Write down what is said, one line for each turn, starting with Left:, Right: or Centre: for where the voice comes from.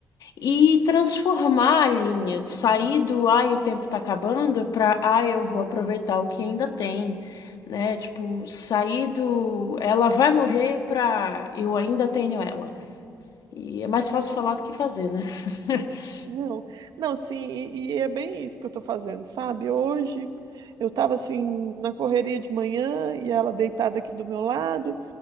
Left: E transformar a linha, sair do ai, o tempo tá acabando pra ai, eu vou aproveitar o que ainda tem. Né, tipo, sair do ela vai morrer pra eu ainda tenho ela. E é mais fácil falar do que fazer, né? <laughs>
Right: Não, não, sim, e, e é bem isso que eu tô fazendo, sabe? Hoje eu tava assim na correria de manhã e ela deitada aqui do meu lado.